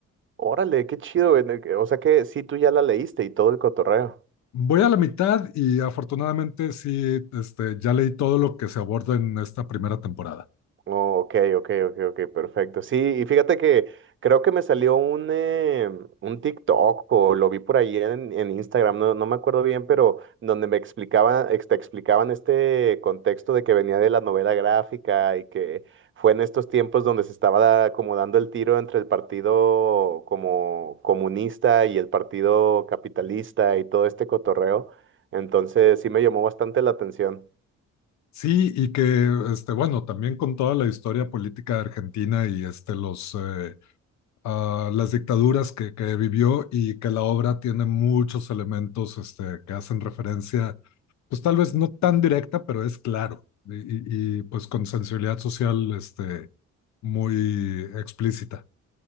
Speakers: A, on the right; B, on the left.
A: órale, qué chido, güey, de que- O sea que sí, tú ya la leíste y todo el cotorreo.
B: Voy a la mitad y afortunadamente sí, este, ya leí todo lo que se aborda en esta primera temporada.
A: Oh, ok, ok, ok, ok, perfecto. Sí, y fíjate que creo que me salió un, eh, un TikTok o lo vi por ahí en, en Instagram, no, no me acuerdo bien, pero donde me explicaban, ex- te explicaban este contexto de que venía de la novela gráfica y que fue en estos tiempos donde se estaba da- como dando el tiro entre el partido como comunista y el partido capitalista y todo este cotorreo. Entonces sí me llamó bastante la atención.
B: Sí, y que, este, bueno, también con toda la historia política argentina y este, los, eh, ah, las dictaduras que, que vivió y que la obra tiene muchos elementos este, que hacen referencia, pues tal vez no tan directa, pero es claro, y, y- y, pues con sensibilidad social este, muy explícita.